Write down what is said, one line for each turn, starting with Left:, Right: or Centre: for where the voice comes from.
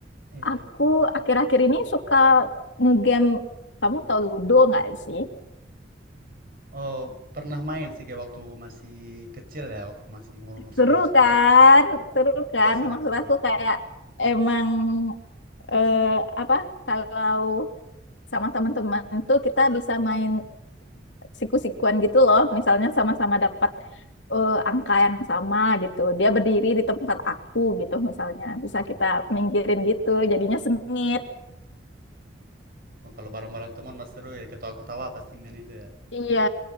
Right: Iya.
Left: Aku akhir-akhir ini suka ngegame. Kamu tahu Ludo nggak sih?
Right: Oh, pernah main sih kayak waktu masih kecil ya, waktu masih umur-umur
Left: Seru
Right: 11-12.
Left: kan? Seru kan?
Right: Iya, seru-seru.
Left: Maksud aku kayak emang eh, apa? Kalau sama teman-teman tuh kita bisa main siku-sikuan gitu loh. Misalnya sama-sama dapat eh, angka yang sama gitu. Dia berdiri di tempat aku gitu misalnya.
Right: Iya.
Left: Bisa kita minggirin gitu. Jadinya sengit.
Right: Oh, kalau bareng-bareng teman mas seru ya, ketawa-ketawa pasti main itu ya.
Left: Iya.